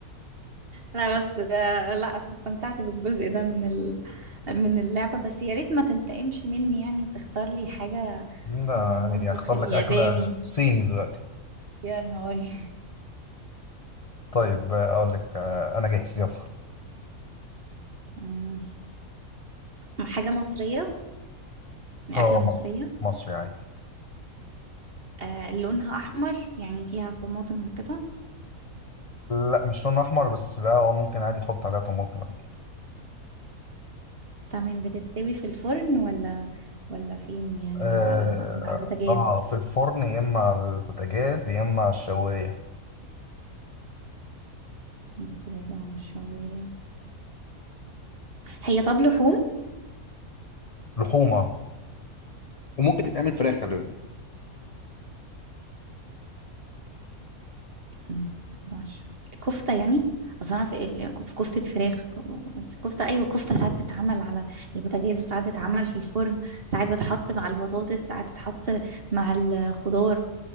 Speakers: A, on the right; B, on the left.
A: لا بس آه، لا أصل استمتعت بالجزء ده من ال... من اللعبة بس يا ريت ما تنتقمش مني يعني وتختار لي حاجة
B: لا
A: من المطبخ
B: يعني اختار
A: الياباني
B: لك اكله صيني دلوقتي
A: يا نهاري
B: طيب آه، اقول لك آه، انا جاهز يلا
A: مم. حاجة مصرية أكلة
B: اه
A: مصرية
B: م- مصري عادي
A: آه لونها أحمر يعني فيها طماطم وكده
B: لا مش لون احمر بس اه ممكن عادي تحط عليها طماطم عادي
A: تمام بتستوي في الفرن ولا ولا فين يعني
B: اه
A: ولا على على البوتاجاز
B: آه، في الفرن يا اما على البوتاجاز يا اما على الشوايه
A: البوتاجاز اه الشوية هي طب لحوم
B: لحومه وممكن تتعمل فراخ خلي بالك
A: أمم، تمام، عشرة. كفتة يعني اصل أنا في ال- في كفتة فراخ بس كفتة ايوه كفتة ساعات بتتعمل على البوتاجاز وساعات بتتعمل في الفرن ساعات بتحط مع البطاطس ساعات تتحط مع الخضار